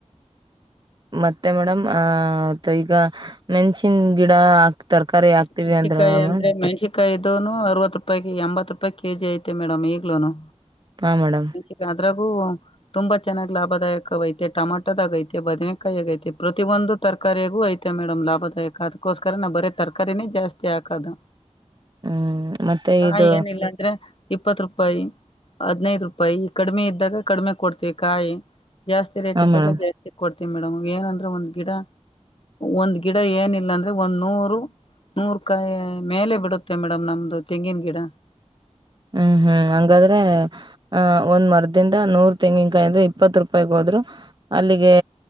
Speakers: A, on the right; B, on the left.
A: ಮತ್ತೆ ಮೇಡಮ್ ಆ ಈಗ ಮೆಣಸಿನ್ ಗಿಡ ತರಕಾರಿ ಹಾಕ್ತಿವಿ
B: ಮನ್ಸಿಕಾಯಿ
A: ಅಂದ್ರಲ್ಲ ಮೇಡಮ್
B: ಅಂದ್ರೆ ಮನ್ಸಿಕ ಕಾಯಿ ಇದನು ಅರವತ್ ರೂಪಾಯ ಎಂಬತ್ತು ರೂಪಾಯಿ ಕೆ ಜಿ ಐತೆ ಮೇಡಮ್ ಈಗ್ಲೂನು
A: ಹಾ ಮೇಡಮ್
B: ಮೆಣ್ಸಿಕಾಯಿ ಅದ್ರಾಗೂ ತುಂಬಾ ಚೆನ್ನಾಗ್ ಲಾಭದಾಯಕ ಐತೆ ಟಮಾಟೋದಾಗ ಐತೆ ಬದನೆಕಾಯಿ ಆಗೈತೆ ಪ್ರತಿ ಒಂದು ತರಕಾರಿಯಾಗು ಐತೆ ಮೇಡಮ್ ಲಾಭದಾಯಕ ಅದಕೋಸ್ಕರ ನಾ ಬರೀ ತರಕಾರಿನೇ ಜಾಸ್ತಿ ಹಾಕದು
A: ಹ್ಮ್ ಮತ್ತೆ ಇದು
B: ಹಾ ಏನಿಲ್ಲ ಅಂದ್ರೆ ಇಪ್ಪತ್ ರೂಪಾಯಿ ಹದ್ನೈದು ರೂಪಾಯಿ ಕಡಿಮೆ ಇದ್ದಾಗ ಕಡಿಮೆ ಕೊಡ್ತೀವಿ ಕಾಯಿ ಜಾಸ್ತಿ ರೇಟ್
A: ಹಾ
B: ಇದ್ದಾಗ
A: ಮೇಡಮ್
B: ಜಾಸ್ತಿ ಕೊಡ್ತಾರೆ ಮೇಡಮ್ ಏನಂದ್ರೆ ಒಂದ್ ಗಿಡ ಒಂದ್ ಗಿಡ ಏನಿಲ್ಲ ಅಂದ್ರೆ ಒಂದ್ ನೂರು ನೂರ್ಕಾಯಿ ಮೇಲೆ ಬಿಡುತ್ತೆ ಮೇಡಮ್ ನಮ್ದು ತೆಂಗಿನ ಗಿಡ
A: ಹ್ಮ್ ಹ್ಮ್ ಹಂಗಾದ್ರೆ ಆ ಒಂದ್ ಮರದಿಂದ ನೂರ್ ತೆಂಗಿನ್ಕಾಯಿ ಅಂದ್ರೆ ಇಪ್ಪತ್ ರೂಪಾಯಿಗೆ ಹೋದ್ರು ಅಲ್ಲಿಗೆ